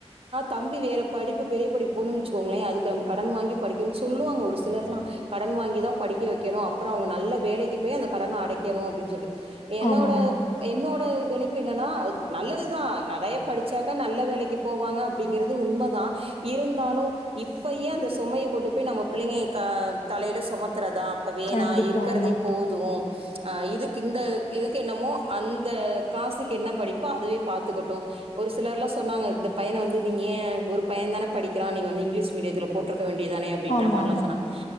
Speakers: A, on the right; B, on the left.
A: தம்பி வேற படிப்பு பெரிய படிப்பு போனும்னுவச்சிகோங்களே கடன் வாங்கி படிக்க சொல்லுவாங்க ஒரு சிலர்லாம் கடன் வாங்கி தான் படிக்க வைக்கணும் அப்புறம் அவங்க நல்ல வேலைக்கு போய் அந்த கடன அடை கனு அப்படின் சொல்லி என்னோட
B: ஆமா ஆமா
A: என்னோட கணிப்பு என்னா நல்லதுதா நிறைய படிச்சாக்க நல்ல வேலைக்கு போவாங்க அப்படி உண்மைதான் இருந்தாலும் இப்ப ஏன் அந்த சோமைய கொண்டு போய் நம்ம பிள்ளை ஆஹ் தலையிலசுமத்துறதா ப்ப வேணா
B: கண்டிப்பா
A: இருக்கிறதே
B: ஆமா
A: போதும் <unintelligible> இதுக்கு இந்த இதுக்கு என்னமோ அந்த காசுக்கு என்ன படிப்போ அதுவே பாத்துக்கட்டும் ஒரு சிலர்லாம் சொன்னாங்க இந்த பையன வந்து நீங்கள் ஏன் ஒரு பையன தானே படிக்கிறான் நீங்கள் வந்து இங்கிலீஷ் மீடியத்தில் போட்ருக்க க்க வேண்டியதானே அப்படின்ற
B: ஆமா
A: மாரிலாம்
B: ஆமா
A: சொன்னாங்க